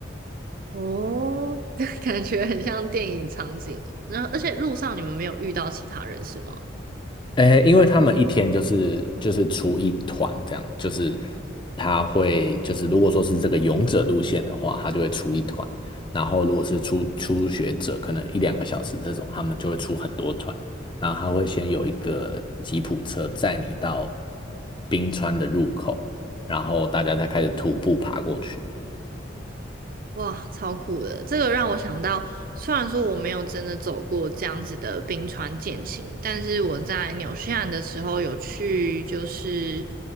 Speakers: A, on the right (about 50°); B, on the left (about 25°).
A: 哦，<laughs> 感觉很像电影场景。然后而且路上你们没有遇到其他人是吗？
B: 诶，因为他们一天就是就是出一团这样，就是他会就是如果说是这个勇者路线的话，他就会出一团，然后如果是初初学者，可能一两个小时这种，他们就会出很多团，然后他会先有一个吉普车载你到冰川的入口，然后大家再开始徒步爬过去。
A: 哇，超酷的！这个让我想到，虽然说我没有真的走过这样子的冰川健行，但是我在纽西兰的时候有去，就是